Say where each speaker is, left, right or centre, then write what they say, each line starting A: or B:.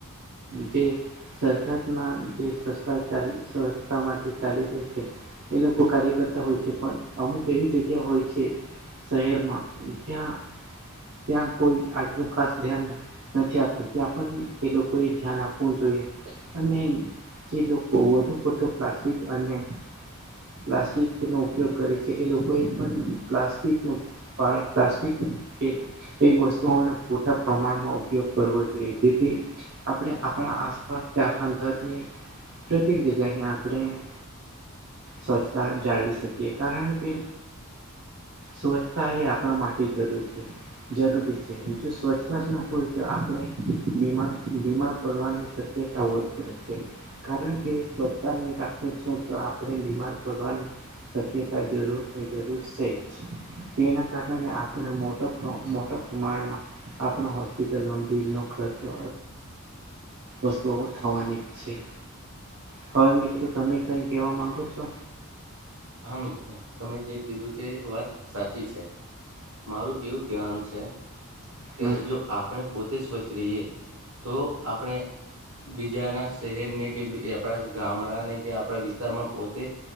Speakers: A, on the right (about 50°); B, on the right (about 70°).
A: જે સરકારના જે સસ્તા સહતા માટે ચાલી રહી છે. એ લોકો કાર્યકર્તા હોય. પણ અમુક એવી જગ્યા હોય છે શહેરમાં જ્યાં ત્યાં કોઈ આટલું ખાસ ધ્યાન નથી નથી આપતું ત્યાં પણ એ લોકો એ ધ્યાન આપવું જોઈએ. અને જે લોકો વધુ પડતો પ્લાસ્ટિક અને પ્લાસ્ટિક નો ઉપયોગ કરે છે, એ લોકો એ પણ પ્લાસ્ટિક ન પ્લાસ્ટિક કે એ વસ્તુઓને મોટા પ્રમાણમાં ઉપયોગ કરવો જોઈએ જેથી આપણે આપણા આસપાસ કે આપણા ઘરને પ્રત્યેક જગ્યા આપણે સ્વચ્છતા જાળવી શકીએ, કારણ કે સ્વચ્છતા એ આપણા માટે જરૂર છે. જરૂરી છે જો સ્વચ્છતા જ ન હોય તો આપણે બીમાર બીમાર પડવાની કેતા હોય કે કારણ કે સ્વચ્છતા નહી રાખવું છે તો આપણે બીમાર પડવાનું શક્યતા જરૂર જરૂર છે જ. તેના કારણે આપણે મોટા, મોટા પ્રમાણમાં આપણા હોસ્પિટલ નો બિલ નો ખર્ચો વસ્તુઓ થવાની છે હવે મિત્રો તમે કઈ કેવા માંગો છો?
B: હા મિત્રો તમે જે કીધું તે વાત સાચી છે. મારું એવું કહેવાનું છે કે
A: હમ
B: જો આપણે પોતે સ્વચ્છ રહીએ તો આપણે બીજાના શહેરને કે આપણા ગામડાને કે આપણા વિસ્તારમાં પોતે